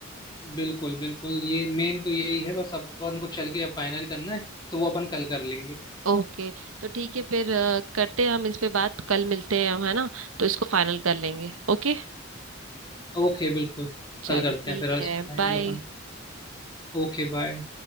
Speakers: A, on the left; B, on the right.
A: बिल्कुल बिल्कुल ये मेन तो यही है बस अपन को चल के अब फाइनल करना है तो वो अपन कल कर लेंगे
B: ओके तो ठीक है फिर अ, करते हैं हम इस पे बात कल मिलते हैं हम है ना तो इसको फाइनल कर लेंगे ओके
A: ओके बिल्कुल
B: चलो
A: कल करते
B: ठीक
A: हैं फिर आज
B: है
A: आएंगे
B: बाय
A: अपन Okay bye